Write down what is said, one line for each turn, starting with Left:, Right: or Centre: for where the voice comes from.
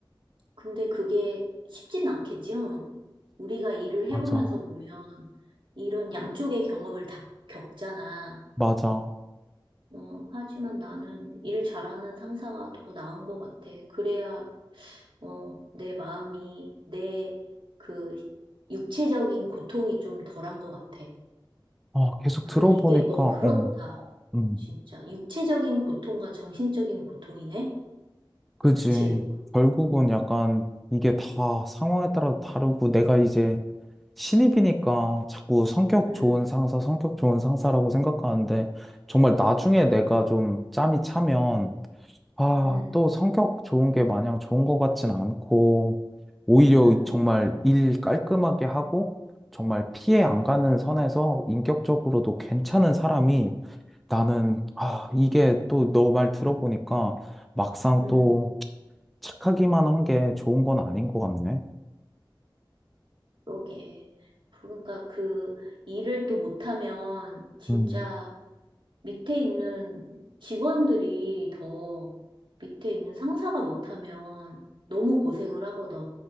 Right: 근데 그게 쉽진 않겠지? 응. 우리가 일을
Centre: 맞아,
Right: 해보면서 보면 이런 양쪽의 경험을 다 겪잖아.
Centre: 맞아.
Right: 어, 하지만 나는 일 잘하는 상사가 더 나은 것 같아. 그래야, 어, 내 마음이, 내 그 육체적인 고통이 좀 덜한 것 같아.
Centre: 아, 계속
Right: 근데
Centre: 들어보니까,
Right: 이게, 어, 그렇다.
Centre: 어, 음,
Right: 진짜. 육체적인 고통과 정신적인 고통이네?
Centre: 그지.
Right: 그치?
Centre: 결국은 약간 이게 다 상황에 따라 다르고 내가 이제 신입이니까 자꾸 성격
Right: 음,
Centre: 좋은 상사, 성격 좋은 상사라고 생각하는데 정말 나중에 내가 좀 짬이 차면 아,
Right: 음,
Centre: 또 성격 좋은 게 마냥 좋은 것 같진 않고, 오히려
Right: 음,
Centre: 정말 일 깔끔하게 하고, 정말 피해 안 가는 선에서 인격적으로도 괜찮은 사람이 나는, 아, 이게 또 너 말 들어보니까 막상
Right: 음.
Centre: 또 착하기만 한 게 좋은 건 아닌 것 같네.
Right: 그러게. 그러니까 그 일을 또 못하면 진짜
Centre: 음,
Right: 밑에 있는 직원들이 더 밑에 있는 상사가 못하면 너무 고생을 하거든.